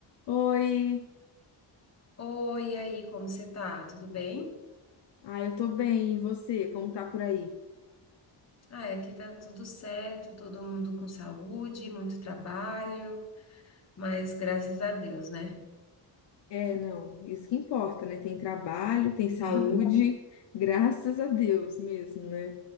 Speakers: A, on the left; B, on the left.
A: Oi,
B: Oi, e aí, como você tá? Tudo bem?
A: ah, eu tô bem, e você? Como tá por aí?
B: Ah, é, aqui tá tudo certo, todo mundo com saúde, muito trabalho, mas graças a Deus, né?
A: É, não, isso que importa, né? Tem trabalho, tem saúde,
B: <laughs>
A: graças a Deus mesmo, né?